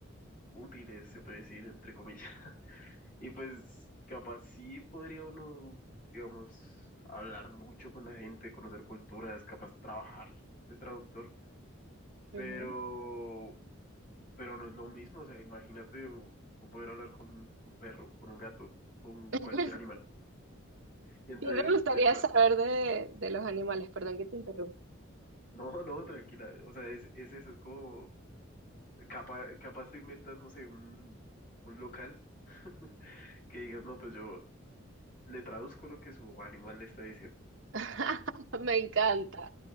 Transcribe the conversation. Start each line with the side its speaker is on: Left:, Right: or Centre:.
Left: útiles, se puede decir, entre comillas. <laughs> Y pues capaz sí podría uno, digamos, hablar mucho con la gente, conocer culturas, capaz trabajar de traductor, pero,
Right: Ujú.
Left: pero no es lo mismo, o sea, imagínate u- tú poder hablar con un perro, con un gato, con
Right: <laughs>
Left: cualquier animal. Y entonces
Right: ¿Qué te gustaría
Left: está,
Right: saber de, de los animales? Perdón que te interrumpa.
Left: no, no, tranquila, o sea, es, es eso, es como Capaz, capaz te inventas, no sé, un, un local <laughs> que digas, no, pues yo le traduzco lo que su animal le está diciendo.
Right: <laughs> Me encanta.